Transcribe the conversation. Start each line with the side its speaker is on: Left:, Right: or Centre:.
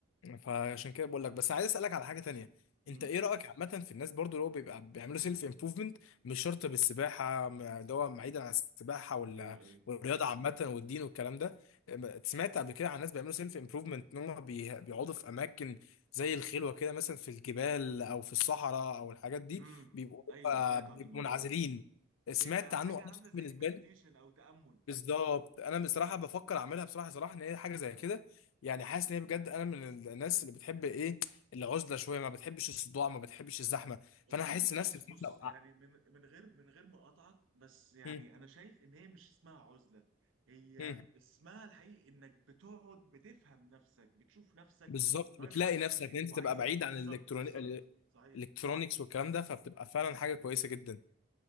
Left: فعشان كده بقول لك بس عايز اسالك على حاجه تانية
Right: امم
Left: انت ايه رايك اتفضل. عامه في الناس برضو اللي هو بيبقى بيعملوا سيلف امبروفمنت مش شرط بالسباحه م- اللي هو بعيدا عن السباحه ولا
Right: ايوه ايوه
Left: والرياضه عامه والدين والكلام ده أم- سمعت قبل كده عن ناس بيعملوا سيلف امبروفمنت ان هم بي- بيقعدوا في اماكن زي الخلوه كده مثلا في الجبال او في الصحراء او الحاجات دي
Right: امم
Left: بيبقوا
Right: ايوه
Left: آه،
Right: سمعت
Left: بيبقوا
Right: عن الموضوع
Left: منعزلين
Right: ده
Left: سمعت
Right: بيبقى
Left: عنه
Right: حاجة
Left: انا
Right: عاملة زي
Left: بالنسبه
Right: مديتيشن
Left: لي
Right: او تأمل
Left: بالظبط انا بصراحه بفكر اعملها بصراحه صراحه ان هي حاجه زي كده يعني حاسس
Right: امم
Left: ان هي بجد انا من الناس اللي بتحب ايه العزله شويه ما بتحبش الصداع ما بتحبش الزحمه
Right: والله
Left: فانا هحس
Right: بص
Left: نفسي بصراحه
Right: بص
Left: لو قع-
Right: يعني من من غير من غير ما اقاطعك بس يعني
Left: مم.
Right: انا شايف ان هي مش اسمها عزله هي
Left: مم.
Right: اسمها الحقيقي انك بتقعد بتفهم نفسك بتشوف نفسك
Left: بالظبط
Right: رايحه
Left: بتلاقي
Right: لفين
Left: نفسك ان انت
Right: وعايزه
Left: تبقى بعيد
Right: ايه
Left: عن
Right: بالظبط
Left: الالكتروني
Right: بالظبط صحيح
Left: الالكترونيكس والكلام ده فبتبقى فعلا
Right: مم.
Left: حاجه كويسه جدا